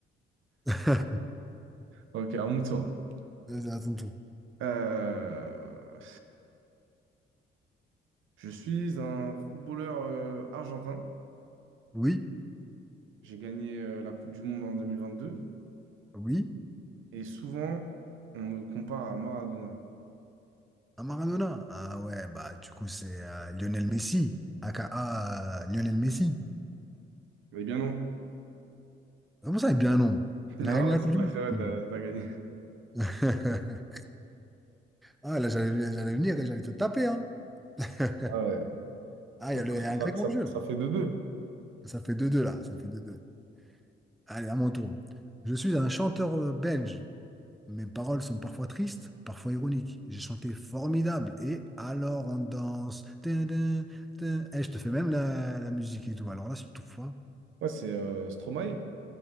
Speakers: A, in the centre; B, on the right.
A: <laughs>
B: Ok, à mon tour.
A: Euh, à ton tour.
B: Euh, Je suis un footballeur euh, argentin.
A: Oui,
B: J'ai gagné euh, la Coupe du Monde en 2022.
A: oui,
B: Et souvent, on me compare à Maradona.
A: à Maradona. Ah ouais, bah du coup c'est euh, Lionel Messi, aka euh, Lionel Messi.
B: Eh bien non.
A: Comment ça, il est bien non?
B: <laughs> Non,
A: Il a gagné la
B: c'est
A: Coupe
B: vrai,
A: du
B: c'est vrai,
A: Monde.
B: t'as, t'as gagné.
A: <laughs> Ah là, j'allais j'allais venir et j'allais te taper. Hein. <laughs>
B: Ah ouais.
A: Ah,
B: Donc,
A: il y a, le- il y a un
B: ça,
A: grec
B: ça-
A: en jeu
B: ça
A: là.
B: fait deux deux.
A: Ça fait deux deux là, ça fait deux deux. Allez, à mon tour. Je suis un chanteur euh, belge. Mes paroles sont parfois tristes, parfois ironiques. J'ai chanté formidable et alors on danse. Tin, tin, tin. Eh, je te fais même la, la musique et tout. Alors là, c'est tout fois.
B: Ouais, c'est euh, Stromae.